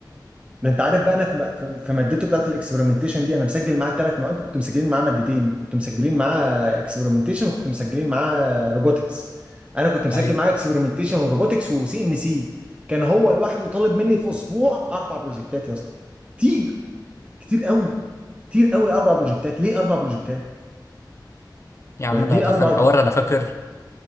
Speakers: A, on the right; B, on the left.
A: ده انت عارف بقى انا في في- في مادته بتاعت الاكسبيرمنتيشن دي انا مسجل معاه الثلاث مواد كنت مسجلين معاه مادتين كنت مسجلين معاه اكسبيرمنتيشن وكنت مسجلين معاه روبوتكس انا كنت مسجل
B: ايوه
A: معاه اكسبيرمنتيشن وروبوتكس وسي ان سي كان هو لوحده طالب مني في اسبوع اربع بروجكتات يا اسطى كتير كتير قوي كتير قوي اربع بروجكتات ليه اربع بروجكتات
B: يا عم
A: ليه
B: ده ده
A: اربع
B: كان
A: بروجكتات
B: حوار انا فاكر